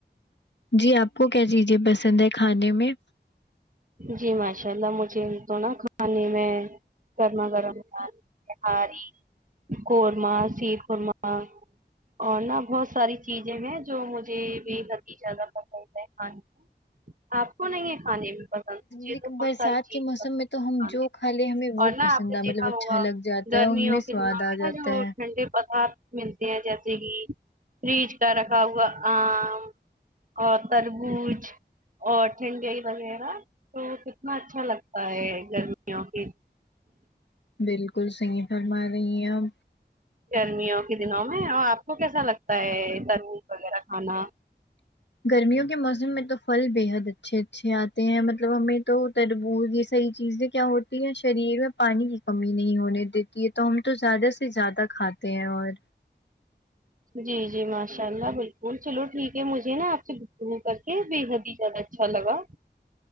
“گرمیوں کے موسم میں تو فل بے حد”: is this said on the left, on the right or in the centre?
Left